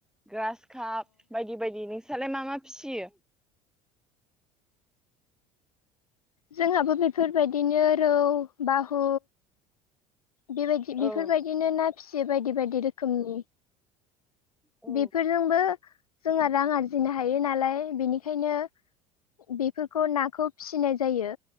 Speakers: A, in the centre; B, on the left (about 90°).
A: ग्रास काप बायदि बायदि नोंसोरलाय मा मा फिसियो
B: जोंहाबो बेफोरबायदिनो रौ बाहु बेबायदि
A: औ
B: बेफोरबायदिनो ना फिसियो बायदि बायदि रोखोमनि
A: औ
B: बेफोरजोंबो जोंहा रां आरजिनो हायो नालाय बेनिखायनो बेफोरखौ नाखौ फिसिनाय जायो